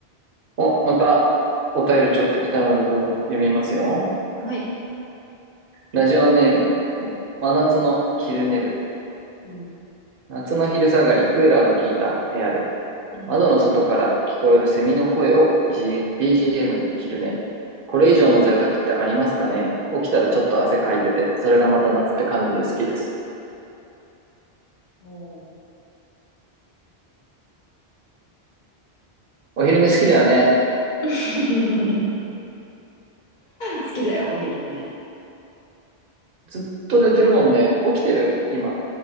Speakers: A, on the right; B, on the left.
A: お、またお便りちょっと来たので読みますよ。
B: はい。
A: ラジオネーム、真夏の昼寝部。
B: うん、
A: 夏の昼下がり、クーラーの効いた部屋で、
B: うん。
A: 窓の外から聞こえるセミの声を BG- m に昼寝。これ以上の贅沢ってありますかね起きたらちょっと汗かいてて、
B: うん。
A: それがまた夏って感じで好きです。
B: おー
A: お昼寝好きだよね。
B: <laughs> 好きだよ、お昼ね。
A: ずっと寝てるもんね。起きてる今。